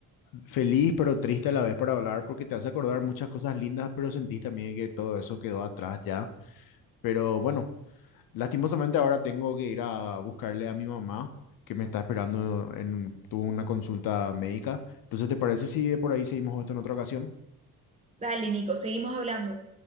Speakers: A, on the left (about 65°); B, on the right (about 20°).
A: feliz pero triste a la vez para hablar porque te hace acordar muchas cosas lindas, pero sentís también que todo eso quedó atrás ya. Pero bueno, lastimosamente ahora tengo que ir a buscarle a mi mamá que me está esperando en, tuvo una consulta médica. Entonces, ¿te parece si de por ahí seguimos esto en otra ocasión?
B: dale, Nico, seguimos hablando.